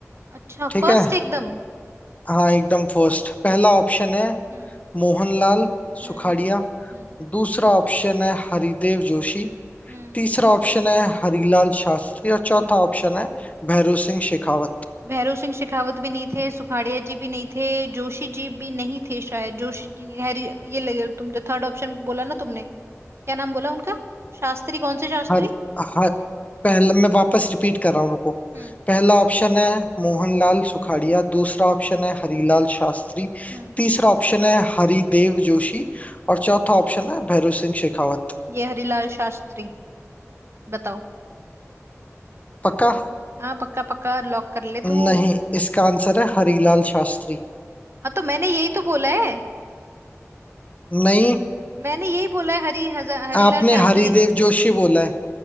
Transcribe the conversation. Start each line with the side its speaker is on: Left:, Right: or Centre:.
Right: अच्छा
Left: ठीक
Right: फर्स्ट
Left: है
Right: एकदम
Left: हाँ एकदम फर्स्ट पहला ऑप्शन है
Right: हम्म
Left: मोहनलाल
Right: हम्म
Left: सुखाड़िया
Right: हम्म
Left: दूसरा ऑप्शन है हरिदेव जोशी
Right: हम्म
Left: तीसरा ऑप्शन है हरिलाल शास्त्री और चौथा
Right: हम्म।
Left: ऑप्शन है भैरों सिंह शेखावत
Right: भैरव सिंह शेखावत भी नहीं थे सुखाड़िया जी भी नहीं थे जोशी जी भी नहीं थे शायद जोशी जी नहीं हैरी ये लगे तुम जो थर्ड ऑप्शन बोला ना तुमने क्या नाम बोला उनका शास्त्री कौन से शास्त्री
Left: हर हर पहला मैं वापस रिपीट कर रहा हूँ रुको
Right: हम्म
Left: पहला ऑप्शन है मोहनलाल सुखाड़िया दूसरा ऑप्शन है हरिलाल शास्त्री
Right: हम्म
Left: तीसरा ऑप्शन है हरिदेव जोशी और चौथा ऑप्शन है भैरव सिंह शेखावत
Right: ये हरिलाल शास्त्री बताओ
Left: पक्का
Right: हाँ पक्का पक्का लॉक कर ले तू
Left: नहीं इसका आंसर है हरिलाल शास्त्री
Right: हाँ तो मैंने यही तो बोला है
Left: नहीं
Right: मैंने यही बोला है हरी हजा- हरिलाल
Left: आपने
Right: शास्त्री
Left: हरिदेव जोशी बोला है